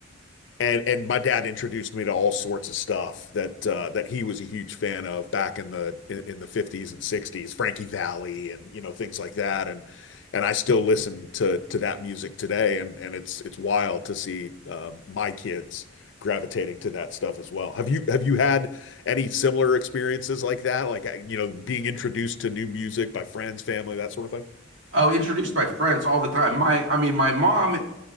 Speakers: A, on the left; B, on the right.
A: and and my dad introduced me to all sorts of stuff that uh, that he was a huge fan of back in the in, in the 50s and 60s, Frankie Valli and you know things like that and and I still listen to to that music today and and it's it's wild to see um, my kids gravitating to that stuff as well. Have you have you had any similar experiences like that? Like uh, you know being introduced to new music by friends, family, that sort of thing?
B: Oh, introduced by friends all the time. My, I mean, my mom